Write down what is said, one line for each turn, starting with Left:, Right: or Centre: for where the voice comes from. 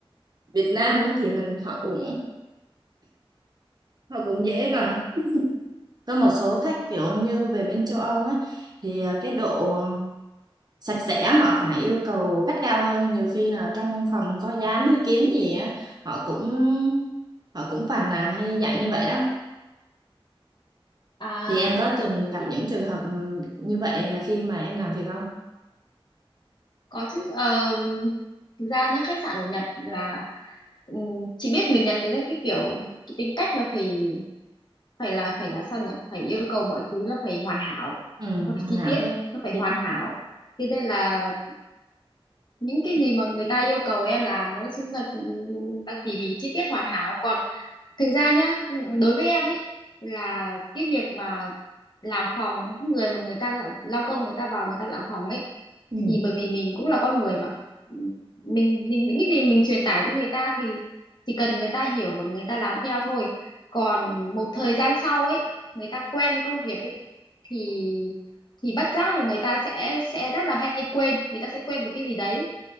Right: Việt Nam ấy, thì mình họ cũng họ cũng dễ còn Có một số khách kiểu như về bên châu Âu ấy thì à, cái độ sạch sẽ họ phải yêu cầu gắt gao hơn nhiều khi là trong phòng có dán hay kiến gì á họ cũng họ cũng phàn nàn hay dạng như vậy đó
Left: à
Right: thì em có từng gặp
Left: ý-
Right: những trường hợp ừm, như vậy à, khi mà em làm việc không?
Left: có chứ Ờ, thực ra nhá khách sạn ở Nhật là Ừ, chị biết người Nhật đấy là cái kiểu cái tính cách là phải phải là phải là sao nhỉ phải yêu cầu mọi thứ là phải hoàn hảo
Right: Ừ,
Left: nó phải
Right: hoàn
Left: chi
Right: hảo
Left: tiết
Right: hết
Left: nó phải
Right: chi
Left: hoàn
Right: tiết.
Left: hảo thế nên là những cái gì mà người ta yêu cầu em làm nó chính là là tỉ mỉ chi tiết hoàn hảo còn Thực ra nhá, đối với em ấy là cái việc mà làm phòng cái người mà người ta làm, lao công người ta vào người ta làm phòng ấy
Right: Ừ,
Left: thì bởi vì mình cũng là con người mà Ừ, mình, mình những cái gì mình truyền tải cho người ta thì chỉ cần người ta hiểu và người ta làm theo thôi còn một thời gian sau ấy người ta quen với công việc ấy thì thì bất giác là người ta sẽ sẽ rất là hay quên người ta sẽ quên một cái gì đấy